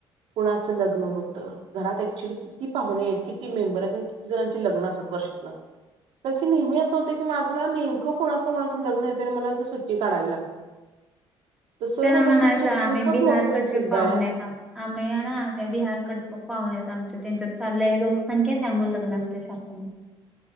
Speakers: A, on the right; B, in the centre.
A: कुणाचं लग्न होतं, घरात ऍक्च्युली किती पाहुणेयत? किती मेंबरयत? किती जणांचे लग्न असतात? वर्षातनं कारण की नेहमी असं होतं की माझं ना नेमकं कुणाचं? कोणाच लग्न येतय मला त सुट्टी काढावी लागते. तर सर
B: त्यांना
A: म्हणतात
B: म्हणायचं.
A: तुमचं
B: आम्ही
A: खूपच
B: बिहारकडचे
A: मोठं कुटुंब
B: पाहुनेयेत
A: आहे
B: आ आम्हीय ना त्या बिहारकडं पाहुने आमच्या त्यांच्यात चालल्या लोकसंख्या त्यामुळे लग्न असतय सारखं